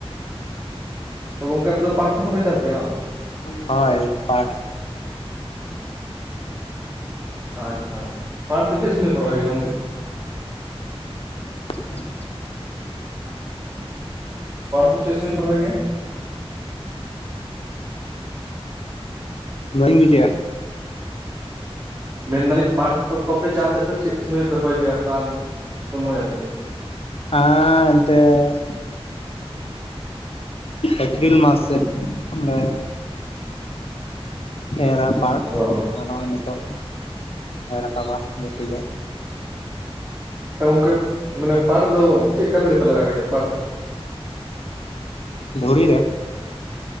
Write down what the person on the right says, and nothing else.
ᱛᱚ ᱜᱚᱝᱠᱮ ᱟᱯᱮ ᱫᱚ ᱯᱟᱴ ᱠᱚ ᱦᱚᱸ ᱯᱮ ᱪᱟᱥ ᱜᱮᱭᱟ ᱵᱟᱝ?
ᱟᱪᱪᱷᱟ ᱯᱟᱴ ᱫᱚ ᱪᱮᱫ ᱥᱚᱢᱚᱭ ᱠᱚ ᱨᱚᱦᱚᱭ ᱜᱮᱭᱟ ᱜᱚᱢᱠᱮ?
ᱯᱟᱴ ᱫᱚ ᱪᱮᱫ ᱥᱚᱢᱚᱭ ᱠᱚ ᱨᱚᱦᱚᱭ ᱜᱮᱭᱟ?
ᱢᱮᱱ ᱫᱟᱞᱤᱧ ᱯᱟᱴ ᱠᱚᱯᱮ ᱠᱚᱯᱮ ᱪᱟᱥᱮᱫ ᱫᱚ ᱪᱮᱫ ᱥᱚᱢᱚᱭ ᱯᱮ ᱨᱚᱦᱚᱭ ᱜᱮᱭᱟ ᱚᱠᱟ ᱥᱚᱢᱚᱭ ᱟᱨᱠᱤ?
ᱚ
ᱜᱚᱝᱠᱮ ᱢᱟᱱᱮ ᱯᱟᱴ ᱫᱚ ᱪᱮᱫ ᱠᱟᱹᱢᱤ ᱨᱮᱯᱮ ᱞᱟᱜᱟᱣ ᱜᱮᱭᱟ ᱯᱟᱴ ᱫᱚ?